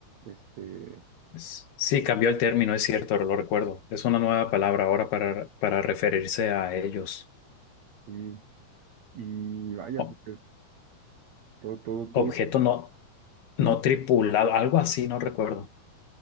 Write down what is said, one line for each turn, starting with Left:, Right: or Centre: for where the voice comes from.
Right: este,
Left: Es- sí, cambió el término, es cierto, lo recuerdo. Es una nueva palabra ahora para, para referirse a ellos.
Right: sí, y vaya,
Left: O-
Right: pues todo, todo, todo,
Left: objeto no,
Right: sí,
Left: no tripulado, algo así, no recuerdo.